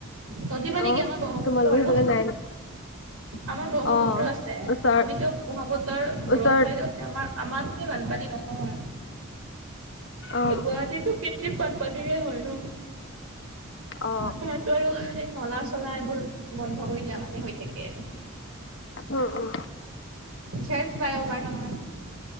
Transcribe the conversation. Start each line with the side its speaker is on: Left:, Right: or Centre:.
Right: নদী মান নে
Left: অ
Right: কি আমাৰ ব্ৰহ্মপুত্ৰ
Left: তোমালোকৰ
Right: আৰু,
Left: সেইফালে নাই ন
Right: আমাৰ ব্ৰহ্মপুত্ৰ
Left: অ
Right: আছে
Left: ওচৰত
Right: আমিতো ব্ৰহ্মপুত্ৰ দূৰত
Left: ওচৰত
Right: হয় ততে আমাৰ, আমাৰ কিনে বানপানী নহয়
Left: অ
Right: গুৱাহাটীতো বান পানীৰে হয় ন
Left: অ
Right: সিহতো আৰু এই নলা চলা বন্ধ কৰি দিয়া মানে হৈ থাকে
Left: উ উ
Right: যে ফ্লাই অভাৰ নহয়।